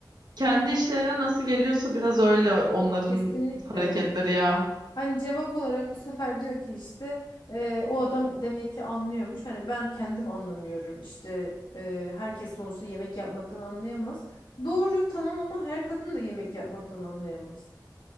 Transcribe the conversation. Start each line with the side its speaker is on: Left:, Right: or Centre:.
Right: kendi işlerine nasıl geliyorsa biraz öyle onların
Left: Kesinlikle.
Right: hareketleri ya.
Left: Hani cevap olarak bu sefer diyor ki işte e, o adam demek ki anlıyormuş. Hani ben kendim anlamıyorum. İşte e, herkes sonuçta yemek yapmaktan anlayamaz. Doğru tamam ama her kadın da yemek yapmaktan anlayamaz.